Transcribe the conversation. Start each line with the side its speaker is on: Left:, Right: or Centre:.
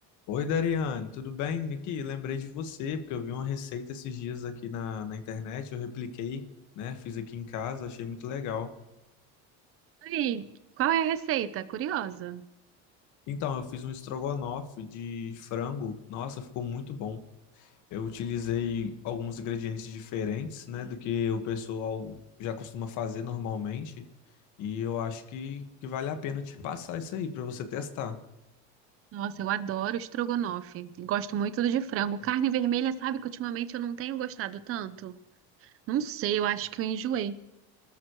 Left: Oi, Dariane, tudo bem? Aqui, lembrei de você, porque eu vi uma receita esses dias aqui na, na internet, eu repliquei, né? Fiz aqui em casa, achei muito legal.
Right: Aí, qual é a receita? Curiosa.
Left: Então, eu fiz um estrogonofe de frango, nossa, ficou muito bom. Eu utilizei alguns ingredientes diferentes, né, do que o pessoal já costuma fazer normalmente, e eu acho que, que vale a pena eu te passar isso aí para você testar.
Right: Nossa, eu adoro estrogonofe. Gosto muito do de frango. Carne vermelha, sabe que ultimamente eu não tenho gostado tanto? Não sei, eu acho que eu enjoei.